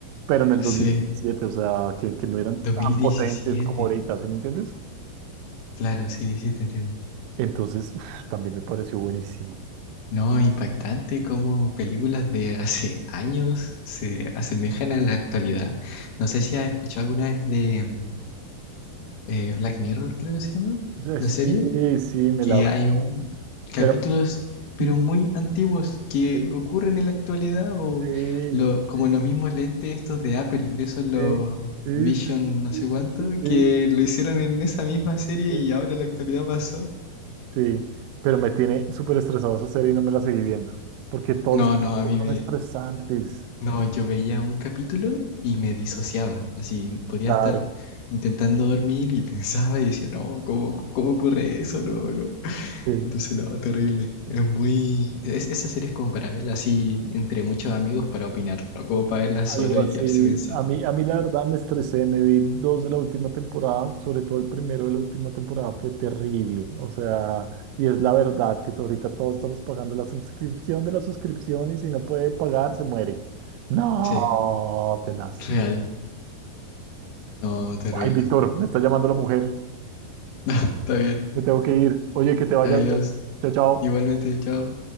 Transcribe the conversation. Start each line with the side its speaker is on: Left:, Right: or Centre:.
Right: pero en el
Left: Sí,
Right: 2017, o sea, que, que no eran
Left: 2017.
Right: tan potentes como ahorita, ¿sí me entiendes?
Left: Claro, sí, sí, te entiendo.
Right: Entonces, uf, también me pareció buenísimo.
Left: No, impactante cómo películas de hace años se asemejan a la actualidad. No sé si has escuchado alguna vez de mm, eh, Black Mirror, creo que se llama,
Right: Yo
Left: la
Right: Sí,
Left: serie.
Right: sí, me
Left: que
Right: la
Left: hay m-
Right: veo.
Left: capítulos,
Right: Pero
Left: pero
Right: mm,
Left: muy antiguos, que
Right: sí,
Left: ocurren en la actualidad, o
Right: sí,
Left: lo, como
Right: sí,
Left: los mismos lentes estos de Apple, esos los
Right: sí, sí,
Left: Vision
Right: sí,
Left: no
Right: sí,
Left: sé cuánto,
Right: sí, sí,
Left: que lo hicieron en esa misma serie
Right: sí,
Left: y ahora en la actualidad pasó.
Right: sí. Pero me tiene súper estresado esa serie y no me la seguí viendo. Porque todos
Left: No,
Right: los capítulos
Left: no, a mí
Right: son
Left: me...
Right: estresantes.
Left: No, yo veía un capítulo y me disociaba, así podía
Right: Claro.
Left: estar intentando dormir y <laughs> pensaba y decía, no, ¿cómo, cómo ocurre eso? No, no.
Right: sí.
Left: Entonces, no, terrible. Es muy. Es, esa serie es como para verla así entre muchos amigos para opinar, no como para verla solo
Right: Algo
Left: y
Right: así.
Left: quedarse pensando.
Right: A mí, a mí la verdad me estresé, me vi dos de la última temporada, sobre todo el primero de la última temporada fue terrible. O sea, y es la verdad que to- ahorita todos estamos pagando la suscripción de la suscripción y si no puede pagar, se muere. No,
Left: Sí,
Right: tenaz.
Left: real. No, terrible.
Right: Ay, Víctor, me está llamando la mujer.
Left: <laughs> Está bien.
Right: Me tengo que ir. Oye, que te vaya
Left: Adiós.
Right: bien. Chao, chao.
Left: Igualmente, chao.